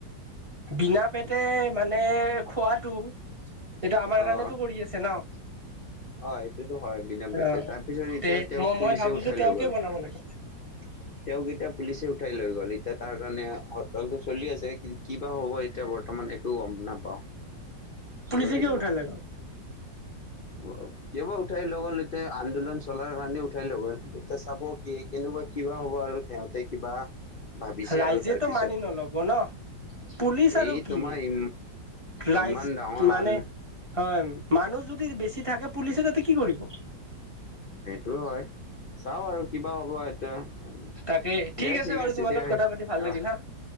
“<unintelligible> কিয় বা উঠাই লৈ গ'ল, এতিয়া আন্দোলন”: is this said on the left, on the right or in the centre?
Left